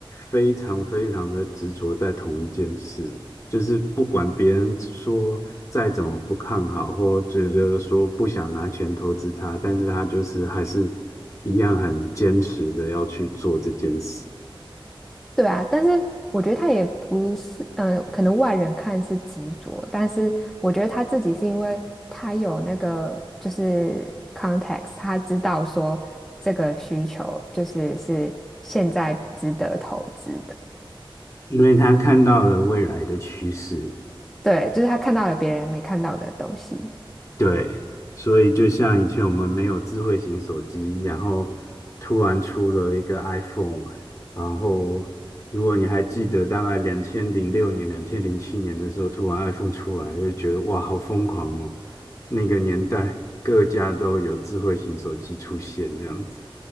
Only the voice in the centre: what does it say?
对啊，但是我觉得他也不是，嗯、可能外人看是执着，但是我觉得他自己是因为他有那个就是 context，他知道说这个需求就是是现在值得投资的，
对，就是他看到了别人没看到的东西，